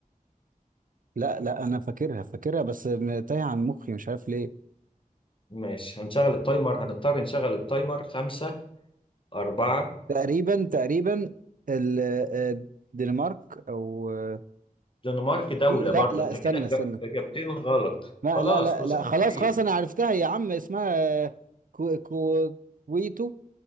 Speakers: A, on the right; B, on the left.
A: لا لا انا فاكرها فاكرها بس م- تايه عن مخي مش عارف ليه
B: ماشي هنشغل التايمر هنضطر نشغل التايمر خمسة أربعة
A: تقريبا تقريبا ال- آه، الدنمارك او آه،
B: دنمارك دولة
A: في- لا
B: برضو
A: لا
B: أنت
A: استنى
B: كده إجاب-
A: استنى
B: إجابتين غلط
A: لا
B: خلاص
A: لا لا
B: كل
A: لا
B: سنة وأنت
A: خلاص
B: طيب
A: خلاص انا عرفتها يا عم اسمها آه، كو كو كويتو